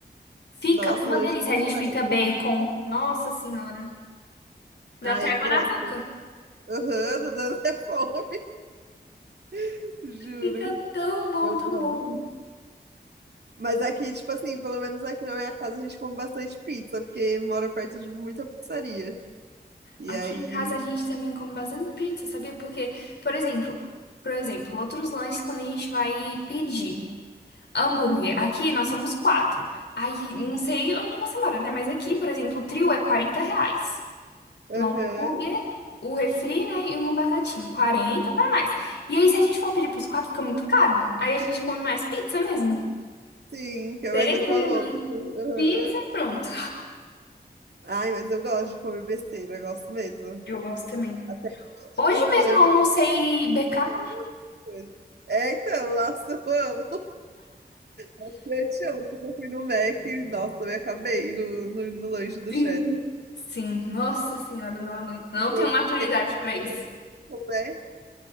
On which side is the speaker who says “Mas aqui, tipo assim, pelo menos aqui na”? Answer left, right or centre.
Right